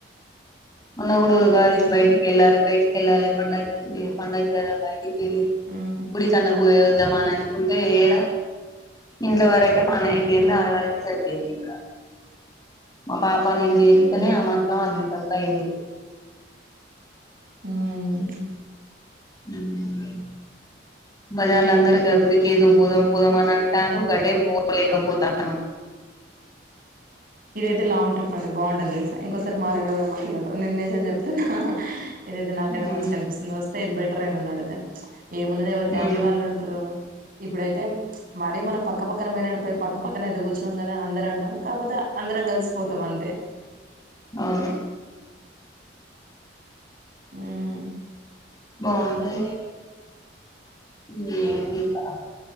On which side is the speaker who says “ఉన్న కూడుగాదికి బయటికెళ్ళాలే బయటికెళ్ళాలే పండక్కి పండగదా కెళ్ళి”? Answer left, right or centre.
Left